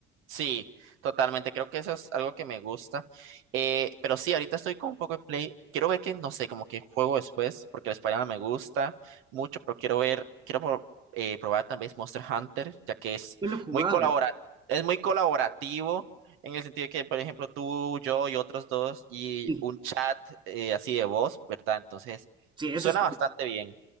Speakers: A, on the right; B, on the right.
A: sí, totalmente. Creo que eso es algo que me gusta. Eh, pero sí, ahorita estoy con un poco de play. Quiero ver que, no sé, como que juego después, porque el Spider-Man me gusta mucho, pero quiero ver, quiero pro- eh, probar también Monster Hunter, ya que es
B: Yo lo he jugado.
A: muy colabora- es muy colaborativo. En el sentido de que, por ejemplo, tú, yo y otros dos, y
B: Sí,
A: un chat eh, así de voz, ¿verdad? Entonces,
B: sí, eso
A: suena
B: es...
A: bastante bien.